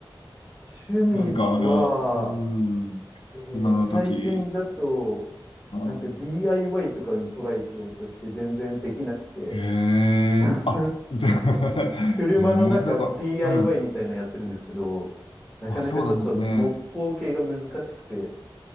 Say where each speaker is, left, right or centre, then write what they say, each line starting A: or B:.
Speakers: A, on the left; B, on the left.
A: 趣味は、
B: 何か、あの、うん、
A: えー最近だと、
B: 今の時、うん、
A: なんか DIY とかにトライしようとして全然できなくて、
B: へえ、
A: <laughs>
B: あ、ぜ、<laughs>
A: 車の中
B: へえ、なんか、
A: DIY
B: うん。
A: みたいなのやってるんですけど、なかなかちょっと木工系が難しくて
B: あ、そうなんですね。